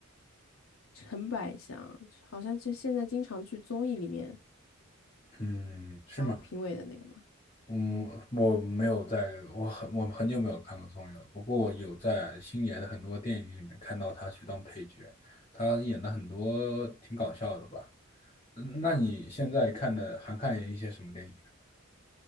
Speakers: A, on the left; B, on the left.
A: 陈百祥，好像就现在经常去综艺里面
B: 嗯，是吗？
A: 当评委的那个嘛。
B: 嗯，我没有在，我很我很久没有看过综艺了。不过我有在星爷的很多电影里面看到他去当配角，他演的很多挺搞笑的吧？嗯那你现在看的还看一些什么电影啊？